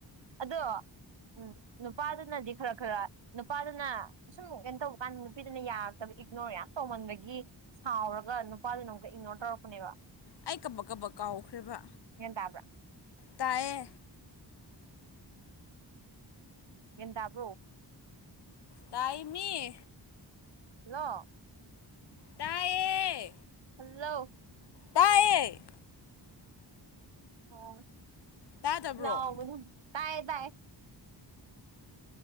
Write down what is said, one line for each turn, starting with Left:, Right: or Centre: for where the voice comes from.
Right: ꯑꯗꯣ ꯎꯝ ꯅꯨꯄꯥꯗꯨꯅꯗꯤ ꯈꯔ ꯈꯔ ꯅꯨꯄꯥꯗꯨꯅ ꯑꯁꯨꯝ ꯀꯩꯅꯣ ꯇꯧꯕ ꯀꯥꯟꯗ ꯅꯨꯄꯤꯗꯨꯅ ꯌꯥꯔꯛꯇꯕ ꯏꯒꯅꯣꯔ ꯌꯥꯝ ꯇꯧꯃꯟꯕꯒꯤ ꯁꯥꯎꯔꯒ ꯅꯨꯄꯥꯗꯨꯅ ꯑꯃꯨꯛꯀ ꯏꯒꯅꯣꯔ ꯇꯧꯔꯛꯄꯅꯦꯕ
Left: ꯑꯩ ꯀꯕꯛ ꯀꯕꯛ ꯀꯥꯎꯈ꯭ꯔꯦꯕ
Right: ꯒ꯭ꯌꯥꯟ ꯇꯥꯕ꯭ꯔꯥ
Left: ꯇꯥꯏꯌꯦ
Right: ꯒ꯭ꯥꯌꯟ ꯇꯥꯕ꯭ꯔꯣ
Left: ꯇꯥꯏꯌꯦꯃꯤ
Right: ꯍꯜꯂꯣ
Left: ꯇꯥꯏꯌꯦ
Right: ꯍꯜꯂꯣ
Left: ꯇꯥꯏꯑꯦ
Right: ꯑꯣ
Left: ꯇꯥꯗꯕ꯭ꯔꯣ
Right: ꯂꯥꯎꯒꯅꯨ ꯇꯥꯏ ꯇꯥꯏ